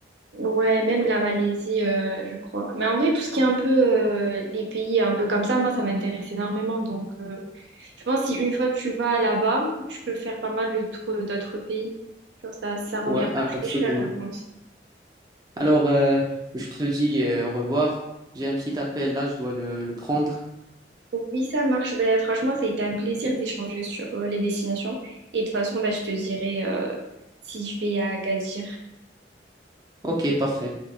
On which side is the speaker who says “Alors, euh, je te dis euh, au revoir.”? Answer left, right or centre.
Right